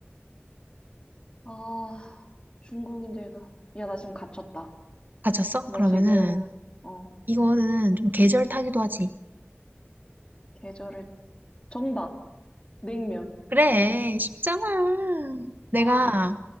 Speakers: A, on the left; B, on the right.
A: 아, 중국인들도. 야, 나 지금 갇혔다.
B: 가졌어?
A: 나
B: 그러면은
A: 지금, 어,
B: 이거는 좀 계절 타기도 하지
A: 계절을, 정답. 냉면.
B: 그래 쉽잖아 내가
A: 아,